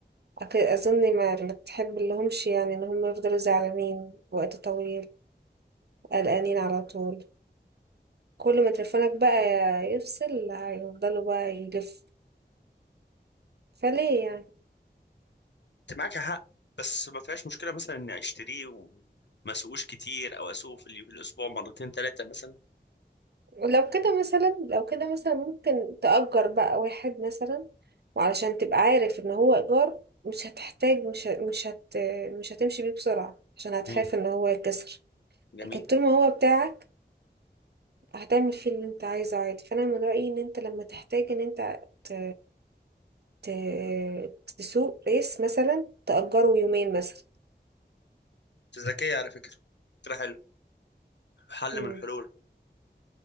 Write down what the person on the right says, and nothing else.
أك- اظن ما ما بتحب لهمش يعني ان هم يفضلوا زعلانين وقت طويل قلقانين على طول كل ما تليفونك بقى يفصل هيفضلوا بقى يلف فليه يعني
لو كده مثلا لو كده مثلا ممكن تأجر بقى واحد مثلا وعلشان تبقى عارف ان هو إيجار مش هتحتاج مش ه- مش هت مش هتمشي بيه بسرعة عشان هتخاف
ان هو يتكسر
لكن طول ما هو بتاعك هتعمل فيه اللي انت عايزه عادي فانا من رأيي ان انت لما تحتاج ان انت ت... ت... تسوق ريس مثلا تأجره يومين مثلا
مم.